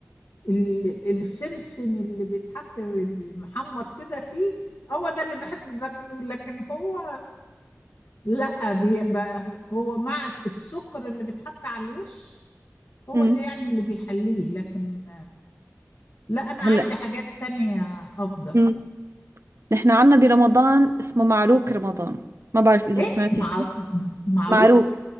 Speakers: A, on the left (about 65°); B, on the right (about 60°).
A: ال- السمسم اللي بيتحط المحمص كده فيه هو ده اللي بحب باكله لكن هو لا بيبقى هو مع السكر اللي بيتحط على الوش هو
B: امم
A: اللي يعني اللي بيحليه لكن لا انا
B: هلا
A: عندي حاجات تانية افضل
B: مم. نحن عنا برمضان اسمه معروك رمضان ما بعرف اذا
A: ايه
B: سمعتي
A: مع معروك
B: معروك